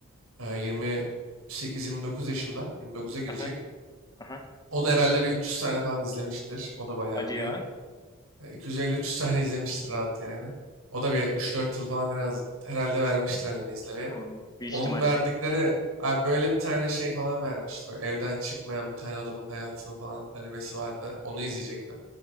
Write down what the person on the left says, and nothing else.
aha, aha.
Hadi
ya.
Bu büyük
ihtimalle.